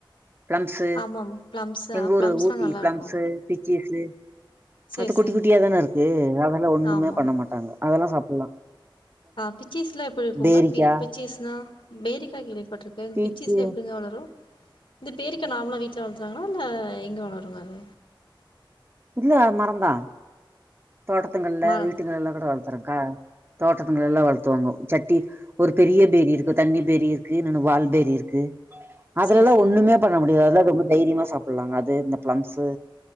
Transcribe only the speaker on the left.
ஆமா ஆமா பிளம்ஸா
பிளம்ஸ்லா
நல்லா
இருக்கு
சேரி
சேரி
ஆமா
ஆ பிச்சீஸ்லா எப்டி இருக்குங்க
பி பிச்சீஸ்னா பேரிக்கா கேள்விப்பட்டிருக்கே
பிச்சீஸ்லா எப்டிங்க வளரு இந்த பேரிக்கா நார்மல்லா வீட்ல வளக்குறாங்களா இல்ல எங்க வளருங்க அது
மரந்தா
சேரி சேரி